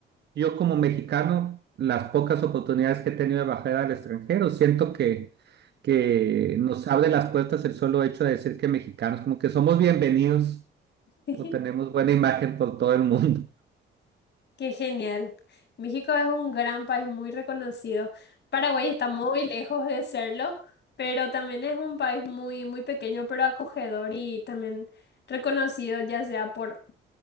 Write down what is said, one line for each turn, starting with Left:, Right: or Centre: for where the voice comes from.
Right: yo como mexicano, las pocas oportunidades que he tenido de bajar al extranjero, siento que, que nos abre las puertas el solo hecho de decir que mexicanos, como que somos bienvenidos
Left: <laughs>
Right: o tenemos buena imagen por todo el mundo.
Left: Qué genial. México es un gran país muy reconocido. Paraguay está muy lejos de serlo, pero también es un país muy, muy pequeño, pero acogedor y también reconocido, ya sea por